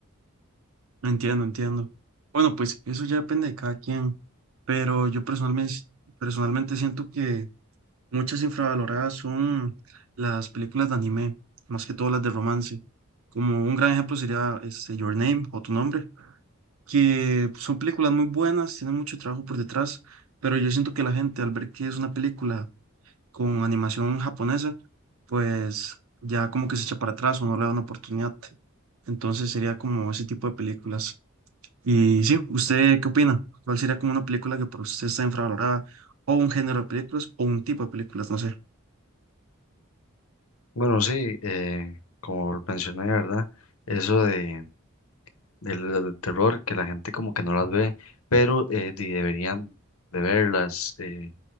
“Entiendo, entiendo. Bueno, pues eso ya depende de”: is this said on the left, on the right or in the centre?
Right